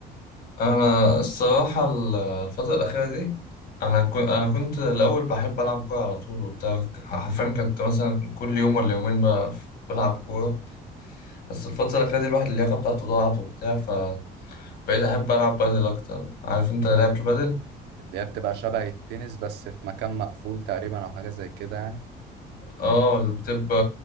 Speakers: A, on the left (about 65°); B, on the right (about 80°).
A: انا الصراحه ال- الفتره الاخيره دي انا كو- انا كنت الاول بحب العب كوره على طول وبتاع حرفيا كنت مثلا كل يوم ولا يومين ب- بلعب كوره بس الفتره الاخيره دي الواحد اللياقه بتاعته ضاعت وبتاع فبقيت احب العب بدل اكتر عارف انت لعبة البدل
B: اللي هي بتبقى شبه التنس بس في مكان مقفول تقريبا او حاجة زي كده يعني
A: اه بتبقى